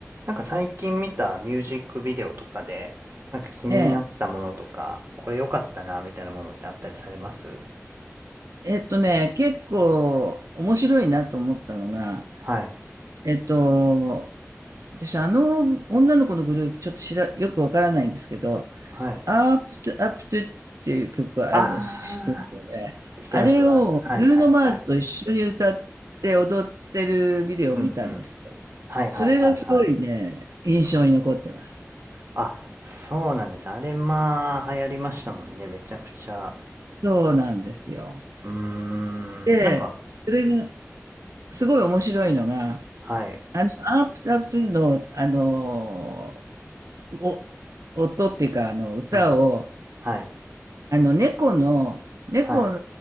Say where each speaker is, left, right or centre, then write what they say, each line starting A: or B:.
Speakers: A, on the right; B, on the right.
A: なんか最近見たミュージックビデオとかで、なんか気になったものとか、
B: ええ。
A: これ良かったなみたいなものってあったりされます
B: えっとね、結構面白いなと思ったのが、
A: はい、
B: えっと、私あの女の子のグループちょっと知ら、よくわからないんですけど、
A: はい。
B: アップトゥ、アップトゥっていう曲があるの知ってますよね。
A: あー、してます、
B: あれをブルーノ・
A: してます。はい、はい、
B: マーズと一緒に歌って踊ってるビデオを見たんですよ。
A: はい。うん、うん。はい、はい、
B: それがすごいね、
A: はい、はい。
B: 印象に残ってます。
A: あ、そうなんです。あれ、まあ、流行りましたもんね、めちゃくちゃ。
B: そうなんですよ。
A: うーん、
B: で、
A: なんか、
B: それがすごい面白いのが、
A: はい、
B: あの、アープタップの、あの、お、音っていうか、あの、歌を、
A: うん、はい、
B: あの、猫の、猫、
A: はい、